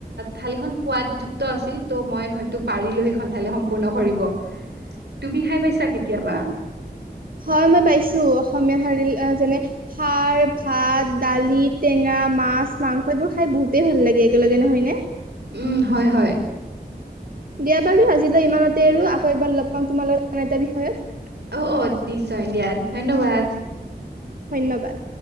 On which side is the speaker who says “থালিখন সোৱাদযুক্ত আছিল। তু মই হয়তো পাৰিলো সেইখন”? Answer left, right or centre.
Right